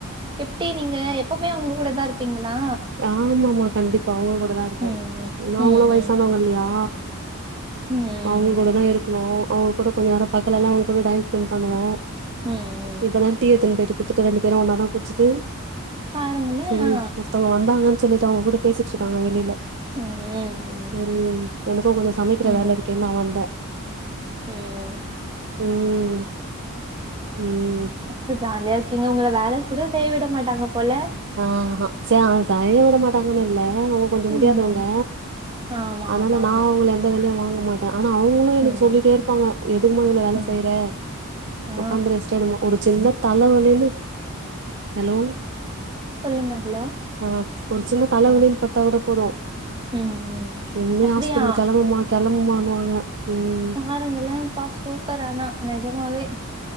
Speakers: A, on the right; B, on the right.
A: எப்டி நீங்க எப்பவ்மே உங்க கூட தா இருப்பீங்களா
B: ஆமாம்மா கண்டிப்பா அவுங்க கூடதா இருக்காரு
A: ம்
B: ஏனா
A: ம்
B: அவுங்களு
A: ம்
B: வயசானவங்க இல்லியா
A: ம் ம்
B: இப்ப அவுங்க கூட தா இருக்கணு அவுங்க கூட கொஞ்ச நேரோ பகலெல்லா அவுங்க கூட டைம் ஸ்பெண்ட் பண்ணுவே
A: ம் ம்
B: இப்பதா டீ எடுத்துன்னு பொயிட்டு குடுத்துட்டு ரெண்டு பேரு ஒன்னா தா குட்ச்சுட்டு
A: பாருங்களே
B: செரி
A: ஆ
B: ஒருத்தவுங்க வந்தாங்கன் சொல்லிட்டு அவுங்க கூட பேசிட்ருக்காங்க வெளில
A: ம் ம் ம்
B: செரி எனக்கு கொஞ்ச சமைக்கிற
A: ம்
B: வேல இருக்கேன்னு நா வந்தே
A: ம்
B: ம் ம்
A: அப்ப ஜாலியா இருக்கீங்க உங்கள வேல கூட செய்ய விட மாட்டாங்க போல
B: ஆ ஹா சே அவுங்க சரி வர மாட்டாங்கன்னு இல்ல ஆ கொஞ்ச முடியாதவங்க
A: ம் ஆமா
B: அதுனால
A: ஆமா
B: நா அவுங்கல எந்த வேலையு வாங்க மாட் ஆனா அவுங்களு
A: ம்
B: எனக்கு சொல்லிட்டே இருக் இருப்பாங்க எதுக்குமா இவ்ளோ வேல
A: ம்
B: செய்ற
A: ஆ
B: உக்காந்து ரெஸ்ட் எடும்மா ஒரு சின்ன தலவலின்னு ஹலோ
A: சொல்லுங்க ஹலோ
B: ஆ ஒரு சின்ன தலவலின்னு
A: ஆ
B: படுத்தா கூட போது
A: ம் ம்
B: நீயே
A: அப்டியா
B: ஹாஸ்பிட்டலுக்கு கெளம்புமா கெளம்புமானுவாங்க ம்
A: பாருங்களே அப்பா சூப்பர் ஆனா நெஜமாவே